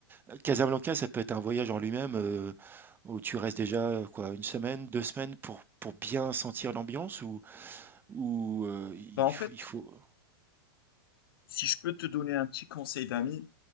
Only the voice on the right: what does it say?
Euh, Casablanca, ça peut être un voyage en lui-même euh, où tu restes déjà euh, quoi, une semaine, deux semaines pour, pour bien sentir l'ambiance ou, ou euh, il,
f-
il faut.